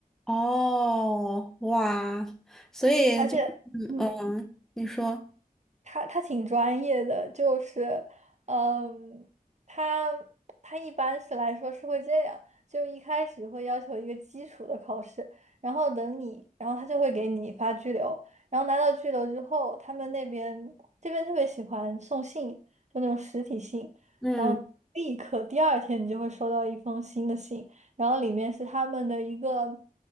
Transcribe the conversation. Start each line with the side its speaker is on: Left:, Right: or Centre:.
Centre: 哦，哇，所以就
Right: 而且。嗯。
Centre: 嗯，嗯你说
Right: 他他挺专业的，就是，嗯，他他一般是来说是会这样，就一开始会要求一个基础的考试，然后等你，然后他就会给你发拘留，然后拿到拘留之后，他们那边这边特别喜欢送信，就那种实体信，
Centre: 嗯
Right: 然后立刻第二天你就会收到一封新的信，然后里面是他们的一个